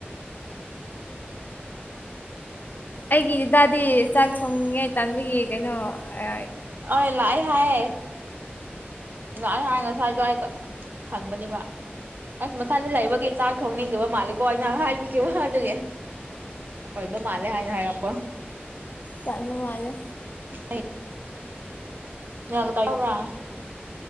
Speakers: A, on the left; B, on the right.
A: ꯑꯩꯒꯤ ꯗꯥꯗꯥꯗꯤ ꯆꯥꯛ ꯊꯣꯡꯅꯤꯡꯉꯥꯏ ꯇꯥꯟꯕꯒꯤ ꯀꯩꯅꯣ ꯑ
B: ꯑꯣꯏ ꯂꯥꯛꯑꯦ ꯍꯥꯏ ꯂꯥꯛꯑꯦ ꯍꯥꯏ ꯉꯁꯥꯏꯗꯣ ꯑꯩꯒ ꯍꯪꯕꯅꯦꯕ ꯑꯁ ꯃꯊꯟꯗ ꯂꯩꯕꯒꯤ ꯆꯥꯛ ꯊꯣꯡꯅꯤꯡꯗꯕ ꯃꯥꯜꯂꯦꯀꯣ ꯑꯩꯅ ꯍꯥꯏ ꯀꯩꯕ ꯑꯗꯨꯒꯤ ꯑꯣꯏꯕ ꯃꯥꯜꯂꯦ ꯍꯥꯏꯅ ꯍꯥꯏꯔꯛꯄ
A: ꯇꯟꯕ ꯃꯥꯜꯂꯦ
B: <unintelligible> ꯅꯦꯜ ꯀꯠꯇꯔ ꯌꯥꯎꯕꯔ